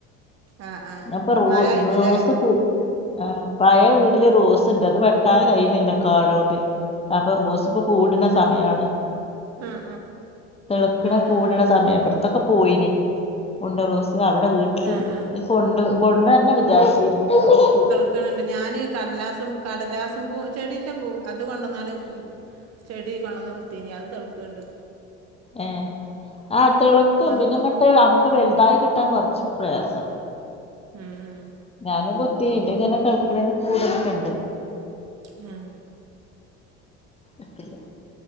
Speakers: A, on the right; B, on the left.
A: ആ ആ
B: ഞാപ്പൊ റോ
A: മഴ ആയിട്ടില്ലേ
B: റോസ്പൂ ആ പഴേവീട്ടില് റോസൊണ്ട് അതുവെട്ടാനുകഴിയുന്നില്ല കാടുകൊണ്ട്. അപ്പൊ റോസിപ്പൊ പൂവിടുന്നസമയാണ്.
A: ആ ആ
B: തെളുക്കണ
A: ആ
B: പൂവിടണ
A: ആ
B: സമയപ്പെടുത്ത് അതൊക്കെ പോയിന് ഒണ്ട് റോസ് അവിടെ വീട്ടിലൊണ്ട്
A: ആ ആ
B: കൊണ്ട് കൊണ്ടന്നെ വിചാരിച്ചീന് അതുവിട്ടുപോയി.
A: വിക്കനൊണ്ട് ഞാനീ കടലാസും കടലാസും പൂ ചെടിന്റെ പൂ അതു കൊണ്ടന്നാണ് ചെടി കൊണ്ടന്ന്കുത്തി അത് തളുക്കണ്ട്
B: ഏ ആ തെളുക്കും പിന്നെ
A: ഇപ്പൊ
B: ഇങ്ങട്ട് നമുക്ക് വലുതായികിട്ടാൻ കൊറച്ച് പ്രയാസാ
A: ഉം ഉം
B: ഞാനും കുത്തീന് ന്റെയിങ്ങനെ തെളുക്കണേന്റെ പൂവിടലൊക്കെയൊണ്ട്.
A: ഉം
B: ഇട്ടില്ലാ